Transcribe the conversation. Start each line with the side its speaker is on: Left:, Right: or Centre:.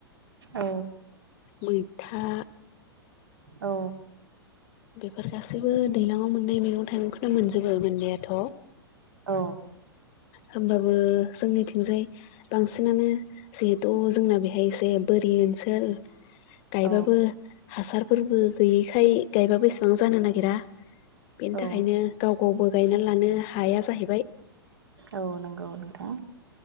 Right: औ
Left: मैथा
Right: औ।
Left: बेफोर गासैबो दैलाङाव मोननाय मैगं थाइगंखौनो मोनजोबो मोननायाथ'
Right: औ।
Left: होमबाबो जोंनिथिंजाय बांसिनानो जिहेथु जोंना बेहाय एसे बोरि। ओनसोल गायबो
Right: औ
Left: हासार। फोरबो गैयैखाय गायबा इसेबां जानो नागिरा बेनि
Right: औ
Left: थाखायनो गाव गावबो गायना लानो हाया जाहैबाय।
Right: औ नोंगौ नोंथां।